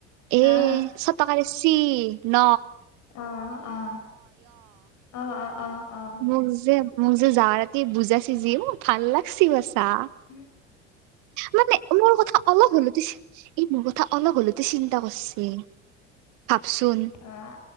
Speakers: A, on the right; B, on the left.
A: এ
B: আহ
A: শতকালশি ন
B: অ', অ', অ', অ', অ', অ'।
A: মোক যে, মোক যে, যাৱ ৰাতিয় বুজাইছেি যি মোক ভাল লাগছে বাচা।
B: উম।
A: মানে মোৰ কথা অলপ হলোতে এই মোৰ কথা অলপ হলোতে চিন্তা কৰছে, ভাবচোন।
B: অ',